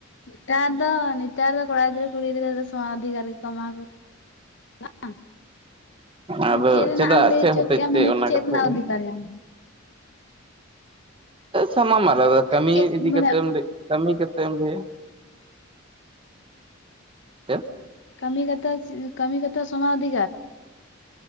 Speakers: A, on the left; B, on the right.
A: ᱱᱮᱛᱟᱨ ᱫᱚ ᱱᱮᱛᱟᱨ ᱨᱮ ᱠᱚᱲᱟ ᱜᱤᱫᱽᱨᱟᱹ ᱠᱩᱲᱤ ᱜᱤᱫᱽᱨᱟᱹ ᱫᱚ ᱥᱚᱢᱟᱱ ᱚᱫᱷᱤᱠᱟᱨ ᱜᱮᱠᱚ ᱮᱢᱟ ᱠᱚᱣᱟ ᱾ ᱵᱟᱝ ᱟᱢ
B: ᱟᱫᱚ
A: ᱪᱮᱫ ᱨᱮᱱᱟᱜ
B: ᱪᱮᱫᱟᱜ
A: ᱮᱢ ᱞᱟᱹᱭ
B: ᱪᱮᱫ
A: ᱦᱚᱪᱚ
B: ᱦᱚᱛᱮᱡ
A: ᱠᱮᱜᱼᱟ
B: ᱛᱮ
A: ᱢᱟᱱᱮ
B: ᱚᱱᱟ
A: ᱪᱮᱫ
B: ᱠᱟᱛᱷᱟ
A: ᱨᱮᱱᱟᱜ
B: ᱤᱧ
A: ᱚᱫᱷᱤᱠᱟᱨ ᱧᱟᱢ
B: ᱥᱟᱱᱟᱢᱟᱜ ᱨᱮ ᱠᱟᱹᱢᱤ
A: ᱪᱮᱫ
B: ᱤᱫᱤ
A: ᱢᱟᱱᱮ
B: ᱠᱟᱛᱮᱫ ᱮᱢ ᱞᱟᱹᱭ ᱠᱟᱹᱢᱤ ᱠᱟᱛᱮ ᱮᱢ ᱞᱟᱹᱭᱟ ᱪᱮᱫ
A: ᱠᱟᱹᱢᱤ ᱠᱟᱛᱮᱜ ᱠᱟᱹᱢᱤ ᱠᱟᱛᱮᱜ ᱥᱚᱢᱟᱭ ᱚᱫᱷᱤᱠᱟᱨ